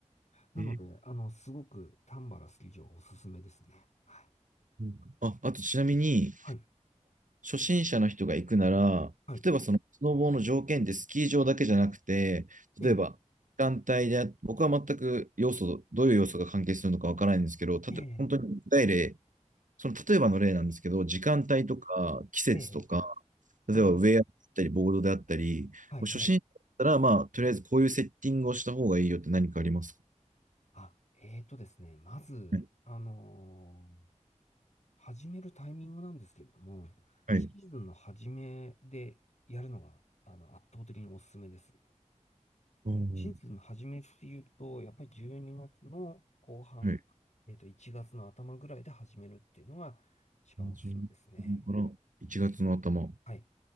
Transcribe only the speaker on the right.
えー、
うんあ、あとちなみに、
初心者の人が行くなら、
例えばそのスノボーの条件ってスキー場だけじゃなくて、
例えば団体で僕は全く要素、どういう要素が関係するのかわからないんですけど、たと、
本当に具体例、その例えばの例なんですけど、時間帯とか季節とか、
例えばウェアだったり、
ボードであったり、
もう初心者だったら、
まあ、とりあえずこういうセッティングをした方がいいよって何かありますか
ね
はい。
ああ、は
い。
12から1月の頭、